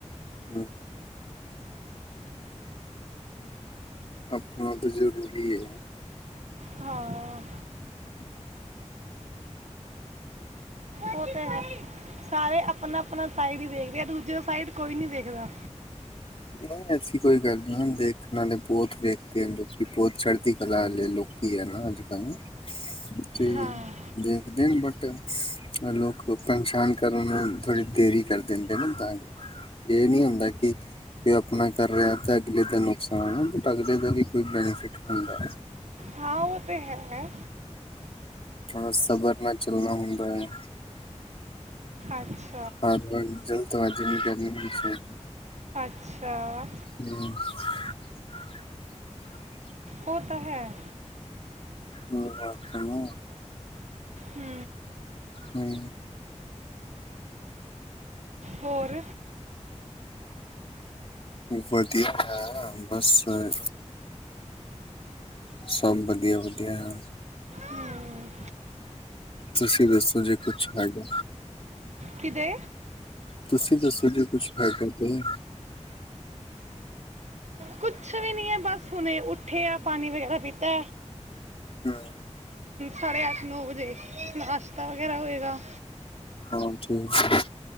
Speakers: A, on the left; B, on the right.
A: ਹਮ, ਆਪਣਾ ਤਾਂ ਜ਼ਰੂਰੀ ਐ
B: ਹਾਂ
A: <unintelligible>
B: ਉਹ ਤੇ ਹੈ ਸਾਰੇ ਆਪਣਾ ਆਪਣਾ ਸਾਈਡ ਹੀ ਵੇਖਦੇ ਆ ਦੂਜੇ ਸਾਈਡ ਕੋਈ ਨੀ ਦੇਖਦਾ
A: ਨਹੀਂ ਐਸੀ ਕੋਈ ਗੱਲ ਨੀ ਹੁਣ ਦੇਖਣਾ ਤੇ ਬਹੁਤ ਵੇਖ ਬਹੁਤ ਚੜ੍ਹਦੀ ਕਲਾ ਵਾਲੇ ਲੋਕ ਕੇ ਹੈ ਨਾ ਅੱਜ ਕੱਲ ਤੇ
B: ਹਾਂ
A: ਦੇਖ ਦਿਨ ਬਟਾ ਅ ਲੋਕ ਪਰਸ਼ਾਨ ਕਰਨ ਆਲੀ ਥੋੜੀ ਦੇਰੀ ਕਰ ਦਿੰਦੇ ਨੇ ਤਾਂ ਕਰਕੇ ਇਹ ਨੀ ਹੁੰਦਾ ਕਿ ਤੇ ਆਪਣਾ ਕਰ ਰਿਹਾ ਤੇ ਅਗਲੇ ਦਾ ਨੁਕਸਾਨ ਹੈ ਅਗਲੇ ਦਾ ਵੀ ਕੋਈ ਬੈਨੀਫਿਟ ਹੁੰਦਾ
B: ਹਾਂ ਉਹ ਤੇ ਹੈ
A: ਥੋੜਾ ਸਬਰ ਨਾਲ ਚੱਲਣਾ ਹੁੰਦਾ ਹੈ
B: ਅੱਛਾ
A: ਹਾਂ ਜਲ ਤੋਂ ਹਜੀ ਨਹੀਂ ਕਰ
B: ਅੱਛਾ
A: <inaudible>
B: ਉਹ ਤਾਂ ਹੈ
A: ਇਹ ਸੁ ਨਾ
B: ਹੂੰ
A: ਹੂੰ
B: ਹੋਰ
A: ਵਧੀਆ ਹਾਂ ਬਸ ਮੈਂ ਸਭ ਵਧੀਆ ਵਧੀਆ ਹਾ
B: ਹੂੰ
A: ਤੁਸੀਂ ਦੱਸੋ ਜੇ ਕੁਛ ਹੈਗਾ
B: ਕਿਦੇ
A: ਤੁਸੀਂ ਦੱਸੋ ਜੇ ਕੁਛ ਹੈ ਕਰਦੇ ਹੈ
B: ਕੁਛ ਵੀ ਨਹੀ ਹੈ ਬਸ ਹੁਣੇ ਉੱਠੇ ਆ ਪਾਣੀ ਵਗੈਰਾ ਪੀਤਾ
A: ਹੂੰ
B: ਸਾਢੇ ਅੱਠ ਨੌ ਵਜੇ ਨਾਸ਼ਤਾ ਵਗੈਰਾ ਹੋਏਗਾ
A: ਹਾਂ ਠੀਕ